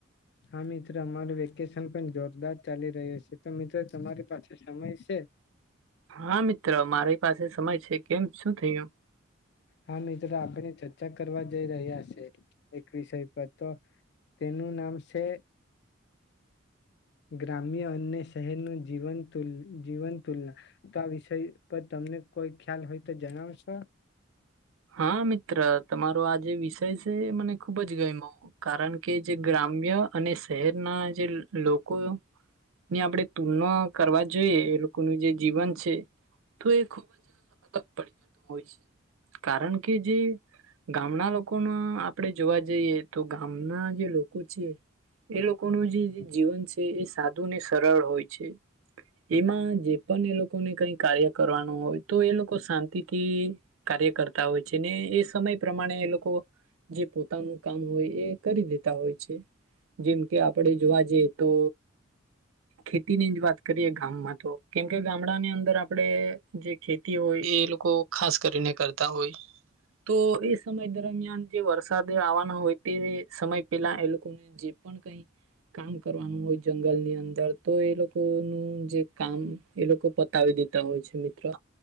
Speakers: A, on the left; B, on the right.
A: હા મિત્ર અમારું વેકેશન પણ જોરદાર ચાલી રહ્યું છે. તો મિત્ર તમારી પાસે સમય સે?
B: હા મિત્ર મારી પાસે સમય છે. કેમ શું થયું?
A: હા મિત્ર આપણે ચર્ચા કરવા જઈ રહ્યા છે, એક વિષય પર. તો તેનું નામ છે, ગ્રામ્ય અને શહેરનું જીવન તુંલ જીવન તુલના. તો વિષય પર તમને કોઈક ખ્યાલ હોય તો જણાવશો?
B: હા, મિત્ર. તમારો આ જે વિષય સ એ મને ખુબ જ ગયમું કારણ કે, જે ગ્રામ્ય અને શહેરના જે લોકોની આપણે તુલના કરવા જોઈએ એ લોકોનું જે જીવન છે. તો એ ખૂબ જ અલગ પડી જતું હોય છે. કારણ કે, જે ગામના લોકોના આપણે જોવા જઈએ, તો ગામના જે લોકો છે એ લોકોનું જે જીવન છે. એ સાદું ને સરળ હોય છે. એમાં જે પણ એ લોકોને કઈ કાર્ય કરવાનું હોય તો, એ લોકો શાંતિથી કાર્ય કરતા હોય છે ને એ સમય પ્રમાણે એ લોકો જે પોતાનું કામ હોય, એ કરી દેતા હોય છે જેમ કે, આપડે જોવા જઈએ તો, ખેતીની જ વાત કરીએ ગામમાં તો કેમકે ગામડાની અંદર આપણેે જે ખેતી હોય એ લોકો ખાસ કરીને કરતા હોય તો એ સમય દરમિયાન જે વરસાદ આવવાના હોય, તે સમય પેલા એ લોકોને જે પણ કઈ કામ કરવાનું હોય, જંગલની અંદર તો એ લોકો નું જે કામ એ લોકો પતાવી દેતા હોય છે. ત્ર